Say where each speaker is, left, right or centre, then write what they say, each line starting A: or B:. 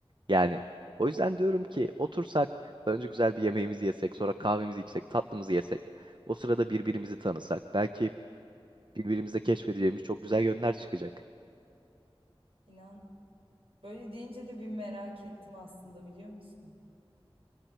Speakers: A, on the right; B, on the right.
A: Yani o yüzden diyorum ki otursak önce güzel bir yemeğimizi yesek, sonra kahvemizi içsek, tatlımızı yesek. O sırada birbirimizi tanısak. Belki birbirimizde keşfedeceğimiz çok güzel yönler çıkacak.
B: İnan böyle deyince de bir merak ettim aslında biliyor musun?